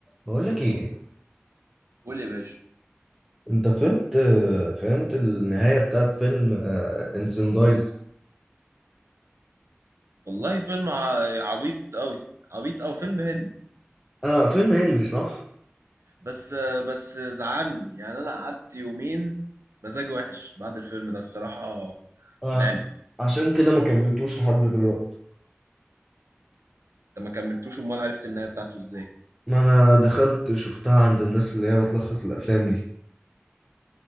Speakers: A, in the centre; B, on the right.
A: بقول لك ايه
B: قول يا باشا
A: انت فهمت فهمت النهاية بتاعت فيلم انسندايز
B: والله فيلم ع- عبيط قوي عبيط او فيلم هندي
A: اه فيلم هندي صح
B: بس بس زعلني يعني انا قعدت يومين مزاج وحش بعد الفيلم ده الصراحة
A: آه.
B: زعلني
A: عشان كده ما كملتوش لحد دلوقتي
B: انت ما كملتوش امال عرفت النهاية بتاعته ازاي
A: ما انا دخلت شفتها عند الناس اللي هي بتلخص الافلام دي